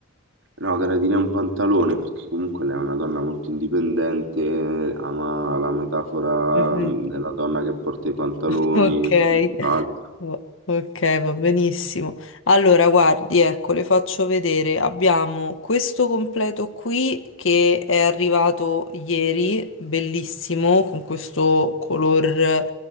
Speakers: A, on the right; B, on the left.
A: No, gradirei un pantalone perché comunque lei è una donna molto indipendente, ama la metafora
B: Mhm.
A: mm, della donna che porta i pantaloni
B: <laughs> Ok.
A: e quant'altro.
B: O- Ok, va benissimo. Allora, guardi, ecco, le faccio vedere. Abbiamo questo completo qui che è arrivato ieri, bellissimo, con questo color,